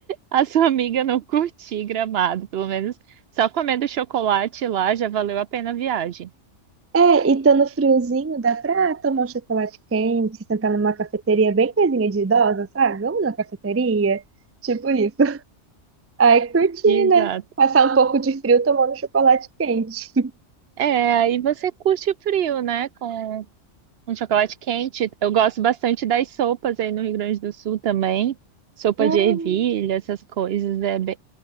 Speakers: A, on the right; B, on the right.
A: a sua amiga não curtir Gramado, pelo menos só comendo chocolate lá já valeu a pena a viagem.
B: É, e tá no friozinho, dá pra tomar um chocolate quente, sentar numa cafeteria bem coisinha de idosa, sabe? Vamos na cafeteria, tipo isso. Aí curtir,
A: Exato.
B: né? Passar um pouco de frio tomando chocolate quente.
A: É, aí você curte o frio, né? Com um chocolate quente. Eu gosto bastante das sopas aí no Rio Grande do Sul também. Sopa
B: Hum,
A: de ervilha, essas coisas. É bem...